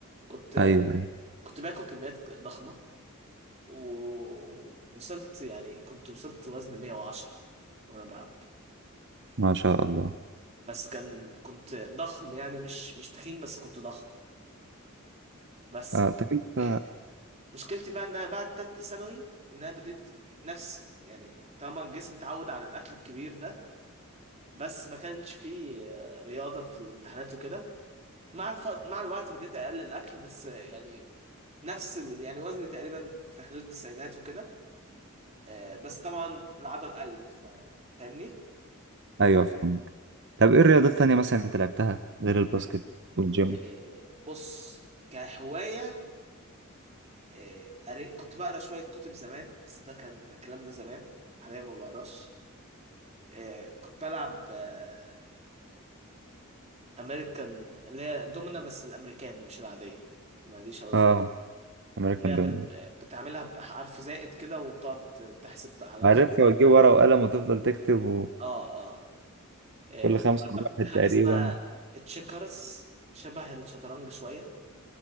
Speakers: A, on the right; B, on the right.
A: كنت
B: ايوه ايوه
A: كنت باكل كميات ضخمه ووصلت يعني كنت وصلت وزن 110 وانا بلعب
B: ما شاء الله
A: بس كان كنت ضخم يعني مش مش تخين بس كنت ضخم بس
B: آه طب انت
A: إيه، مشكلتي بقى ان انا بعد تالتة ثانوي ان انا بديت نفس يعني طبعا الجسم اتعود على الاكل الكبير ده بس ما كانش فيه آه، رياضة في الامتحانات وكده مع الف... مع الوقت بديت اقلل الاكل بس آه، يعني نفس ال... يعني وزني تقريبا في حدود التسعينات وكده آه، بس طبعا العضل قل ف... فاهمني
B: ايوه فهمك طب ايه الرياضات التانية مثلا انت لعبتها غير الباسكت والجيم
A: آه، بص كهواية آه، قري- كنت بقرا شوية كتب زمان بس ده كان الكلام ده زمان حاليا ما بقراش آه، كنت بلعب آه، أمريكان اللي هي دومنا بس الأمريكاني مش العادية ماليش أوي في
B: اه امريكان
A: اللي هي
B: دومينيك
A: بال- آه، بتعملها بحرف زائد كده وبتقعد تحسب على
B: عارفها
A: خ-
B: وتجيب ورقة وقلم وتفضل تكتب وكل
A: آه آه آه،
B: خمسة
A: بلعب
B: واحد
A: حاجة
B: تقريبا
A: اسمها تشيكرز شبه الشطرنج شوية